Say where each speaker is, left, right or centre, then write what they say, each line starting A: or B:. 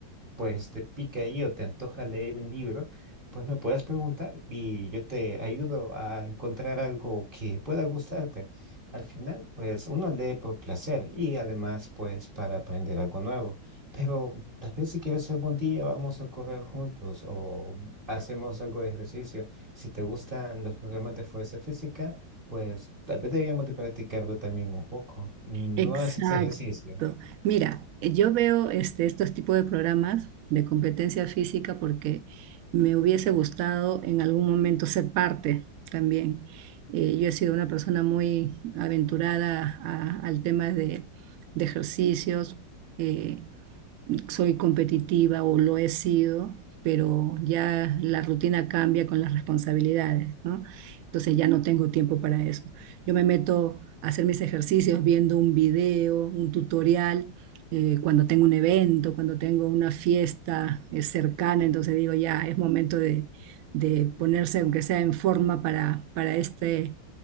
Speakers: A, on the right; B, on the right.
A: pues te pica ahí o te antoja leer un libro, pues me puedes preguntar y yo te ayudo a encontrar algo que pueda gustarte. Al final, pues uno lee por placer y además, pues para aprender algo nuevo. Pero tal vez si quieres algún día vamos a correr juntos o hacemos algo de ejercicio. Si te gustan los programas de fuerza física, pues tal vez deberíamos de practicarlo también un poco. Mm,
B: Exacto.
A: No haces ejercicio.
B: Mira, eh, yo veo este, estos tipos de programas de competencia física porque me hubiese gustado en algún momento ser parte también. Eh, yo he sido una persona muy aventurada a- al tema de, de ejercicios. eh, soy competitiva o lo he sido, pero ya la rutina cambia con las responsabilidades, ¿no? Entonces ya no tengo tiempo para eso. Yo me meto a hacer mis ejercicios viendo un video, un tutorial, eh, cuando tengo un evento, cuando tengo una fiesta eh, cercana, entonces digo, ya es momento de, de ponerse, aunque sea en forma, para, para este